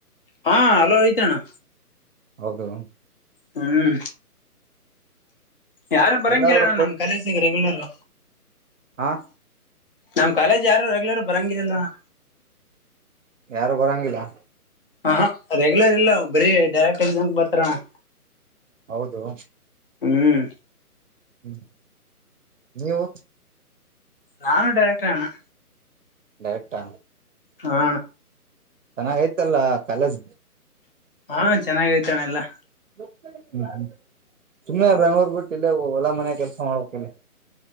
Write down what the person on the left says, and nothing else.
ಹಾ ಅಲೋ ಐತ ಅಣ್ಣಾ.
ಹ್ಮ್ ಯಾರು ಬರಂಗಿಲ್ಲ
ಅಣ್ಣಾ ನಮ್ ಕಾಲೇಜಿಗೆ ರೆಗ್ಯುಲರ್.
ನಮ್ ಕಾಲೇಜ್ ಯಾರು ರೆಗ್ಯುಲರ್ ಬರಂಗೆ ಇಲ್ಲಾ ಅಣ್ಣಾ.
ಹಹಾ ರೆಗ್ಯುಲರ್ ಇಲ್ಲ ಬರೀ ಡೈರೆಕ್ಟ್ ಎಕ್ಸಾಮ್ಗೆ ಬರ್ತಾರ ಅಣ್ಣಾ.
ಹ್ಮ್.
ನಾನು ಡೈರೆಕ್ಟರ್ಣ್ಣ.
ಹಾ
ಹಾ ಚೆನ್ನಾಗ ಐತನಾ ಎಲ್ಲಾ.